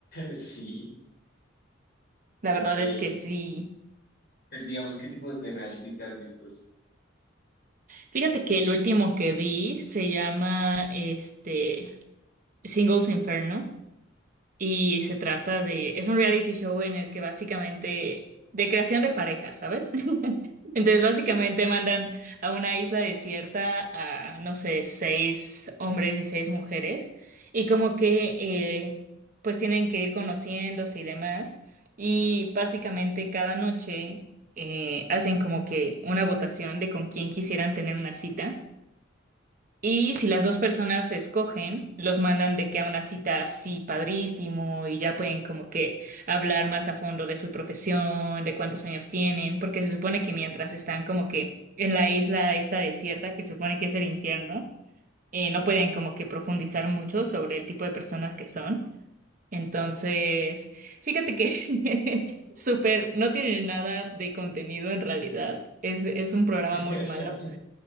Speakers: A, on the left (about 55°); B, on the right (about 45°).
A: Sí,
B: La verdad
A: eh,
B: es que sí.
A: pero digamos, ¿qué tipos de reality te has visto?
B: Fíjate que el último que vi se llama este Singles Inferno y se trata de, es un reality show en el que básicamente de creación de parejas, ¿sabes? <laughs> Entonces
A: Ok.
B: básicamente mandan a una isla desierta a, no sé, seis hombres y seis mujeres y como que eh, pues tienen que ir conociéndose y demás y básicamente cada noche eh, hacen como que una votación de con quién quisieran tener una cita. Y si las dos personas se escogen, los mandan de que a una cita así padrísimo y ya pueden como que hablar más a fondo de su profesión, de cuántos años tienen, porque se supone que mientras están como que en la isla esta desierta, que se supone que es el infierno, eh, no pueden como que profundizar mucho sobre el tipo de personas que son. Entonces, fíjate que <laughs> súper, no tiene nada de contenido en realidad. Es, es un programa
A: <laughs>
B: muy malo.